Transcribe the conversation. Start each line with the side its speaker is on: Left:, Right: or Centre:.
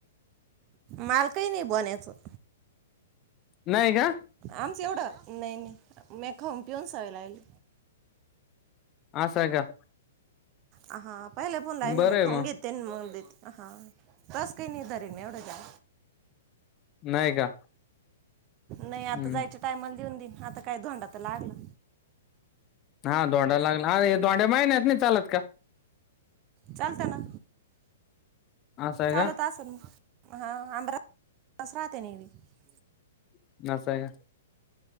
Right: मालकही नही बोन्यात. <inaudible>
Left: नाहीय का
Right: आमच एवढं नही नही म्या खाऊन पिऊन सवय लागली.
Left: आसयका!
Right: ह हा पहिले फोण लाहि
Left: बरं
Right: ना, मी
Left: आहे
Right: खाऊन
Left: मग
Right: घेते मग देते. हा! तस काही नाही, धरीन मी एवढं जा
Left: नही का!
Right: नही
Left: हम्म
Right: आता जायच्या, टाइमला देऊन दिल आता काय धोंडा तर लागला?
Left: हा धोंडा लागला? अरे हे दोंड्या महिन्यात नाही चालत का
Right: चालत ना,
Left: असं आहे
Right: चालत
Left: का
Right: असल. हा <inaudible> <unintelligible>
Left: <unintelligible> नसाय